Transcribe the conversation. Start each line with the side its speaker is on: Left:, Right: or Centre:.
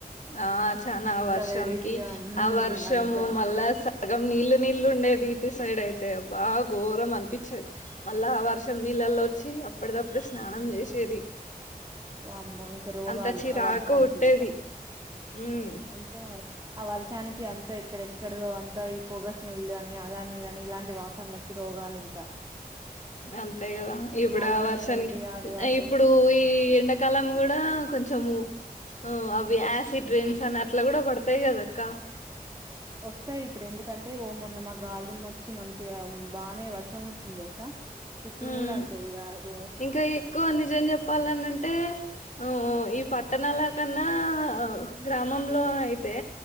Left: ఆ చనా ఆ వర్షానికి
Right: వెరైటీగా మ్మ్
Left: ఆ వర్షము
Right: అంత
Left: మళ్ళా సాయం సగం నీళ్లు నీళ్ళు ఉండేది ఇటి సైడ్ అయితే అబ్బా ఘోరం అనిపించేది మళ్ళా వర్షం నీళ్ళల్లో వచ్చి అప్పటిదప్పుడే స్నానం చేసేది
Right: వామ్మో ఇంకా రోగాలు
Left: అంత చిరాకు
Right: ఆ వర్షానికి
Left: పుట్టేది
Right: ఇంకా
Left: ఉమ్
Right: అంతే మరి ఆ వర్షానికి అంతా ఎక్కడెక్కడదో అంతా ఈ పొగ స్మెల్ అని అద అని ఇదని ఇలాంటి వాసనలకి రోగాలు ఇంకా
Left: అంతే కదా ఇప్పుడు
Right: అన్నం
Left: వర్షానికి
Right: తినబుద్ది కాదు అసలు
Left: ఇప్పుడు ఈ ఎండ కాలం కూడా కొంచెము అవి యాసిడ్ రెన్స్ అని అట్లా కూడా పడతాయి కదా అక్క
Right: వస్తాయి ఇప్పుడు ఎందుకంటే అంటే ఓ మొన్న మా గాలి ధూమ్ వచ్చి మంచిగా బాగానే వర్షం వచ్చింది తెలుసా ఇప్పుడు
Left: ఉమ్
Right: కూడా అంతే యిగారు
Left: ఇంకా ఎక్కువ నిజం చెప్పాలనంటే అమ్ ఈ పట్టణాల కన్నా గ్రామంలో అయితే